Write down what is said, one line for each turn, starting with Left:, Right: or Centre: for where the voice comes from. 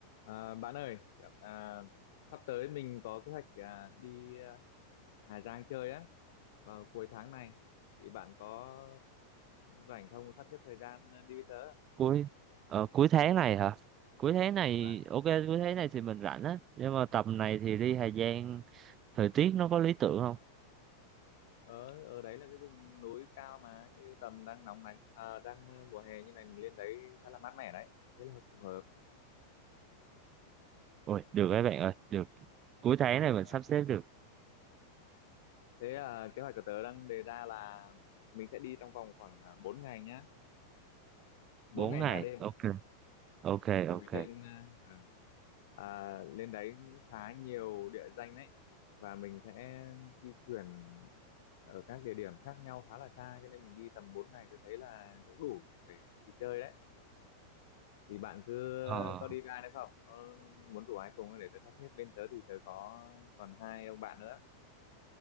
Left: À, bạn ơi, à, sắp tới mình có kế hoạch à, đi à, Hà Giang chơi á vào cuối tháng này thì bạn có rảnh không sắp xếp thời gian à, đi với tớ
Right: cuối ờ, cuối tháng này hả cuối tháng này
Left: đúng rồi bạn
Right: ok cuối tháng này thì mình rảnh á nhưng mà tầm này thì đi Hà Giang thời tiết nó có lý tưởng không
Left: ở ở đấy là cái vùng núi cao mà như tầm đang nóng nắng à, đang à, mùa hè như này mình lên đấy khá là mát mẻ đấy thế là phù hợp
Right: ôi được các bạn ơi được cuối tháng này
Left: à,
Right: mình sắp xếp được
Left: thế à, kế hoạch của tớ đang đề ra là mình sẽ đi trong vòng khoảng à, 4 ngày nhá bốn
Right: bốn
Left: ngày
Right: ngày
Left: ba đêm
Right: ok ok
Left: bởi
Right: ok
Left: vì trên à, à, lên đấy cũng khá nhiều địa danh đấy và mình sẽ di chuyển ở các địa điểm khác nhau khá là xa cho nên mình đi tầm 4 ngày tôi thấy là cũng đủ để đi chơi đấy thì bạn cứ
Right: ờ
Left: có đi với ai nữa không có muốn rủ ai cùng không? để tớ sắp xếp bên tớ thì tớ có còn hai ông bạn nữa